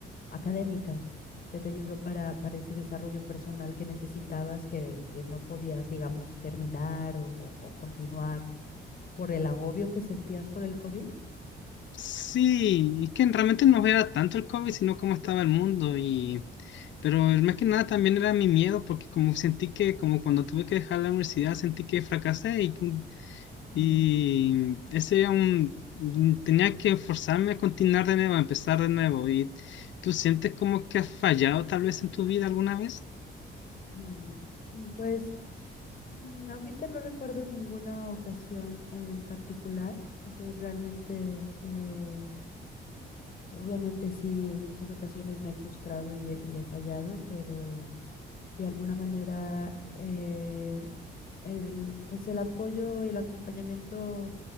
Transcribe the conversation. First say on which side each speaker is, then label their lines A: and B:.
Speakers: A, on the left; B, on the left.
A: académica. Se te ayudó para, para ese desarrollo personal que necesitabas, que, que no podías, digamos, terminar o, o- o continuar por el agobio que sentías por el COVID.
B: Sí, es que realmente no era tanto el COVID, sino cómo estaba el mundo y... Pero más que nada también era mi miedo, porque como sentí que, como cuando tuve que dejar la universidad, sentí que fracasé y, y
A: Mm,
B: ese era un... tenía que forzarme a continuar de nuevo, a empezar de nuevo. ¿Y tú sientes como que has fallado tal vez en tu vida alguna vez?
A: mm, pues mm, ahorita no recuerdo ninguna ocasión en particular. Es decir, realmente... eh, Obviamente sí, en muchas ocasiones me he frustrado y he, y he fallado, pero de alguna manera eh, el, pues el apoyo y el acompañamiento